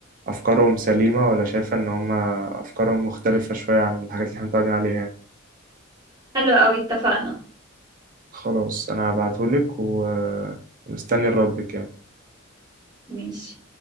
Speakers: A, on the right (about 40°); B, on the right (about 20°).
A: افكارهم سليمة ولا شايفة ان هم افكارهم مختلفة شوية عن الحاجات اللي احنا متعودين عليها يعني
B: حلو قوي اتفقنا
A: خلاص انا هبعتهولك و- ومستني ردك يعني
B: ماشي